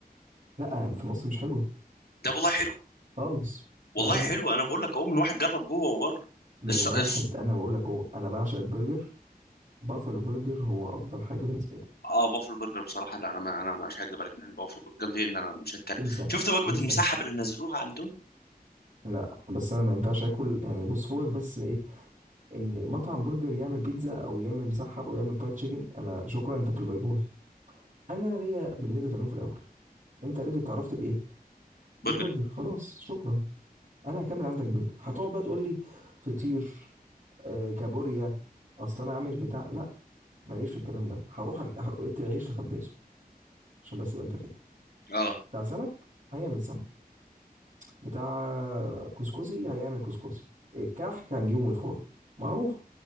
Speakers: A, on the right (about 55°); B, on the left (about 80°).
A: لا في مصر مش حلوه
B: ده والله حلو
A: خالص
B: والله
A: لا لا لا
B: حلو أنا بقول لك أهو من واحد جرب جوه وبره
A: من
B: الس...
A: واحد
B: الس...
A: انا بقول لك هو انا بعشق البرجر بافلو برجر هو افضل حاجه بالنسبه لي
B: اه بافلو برجر بصراحة لا أنا ما... أنا مش هكدب عليك يعني بافلو برجر دي إن أنا مش هتكلم
A: انسى
B: شفت وجبة
A: انسى
B: المسحب اللي نزلوها عندهم
A: لا بس انا ما ينفعش اكل يعني بص فوقك بس من ايه ان مطعم برجر يعمل بيتزا او يعمل مسحب او يعمل فرايد تشيكن انا شكرا انت في الباي باي انا ليا باللي انت بتعمله في الاول انت عرفت اتعرفت بايه
B: برجر
A: بالبرجر خلاص شكرا انا هكمل عندك برجر هتقعد بقى تقول لي فطير آه، كابوريا اصل انا عامل بتاع لا ماليش في الكلام ده هروح أ- ه- ادي العيش لخبازه عشان بس ابقى انت فاهم
B: اه
A: بتاع سمك هيعمل سمك بتاع كسكسي هيعمل كسكسي الكحك هنجيبه من الفرن معروف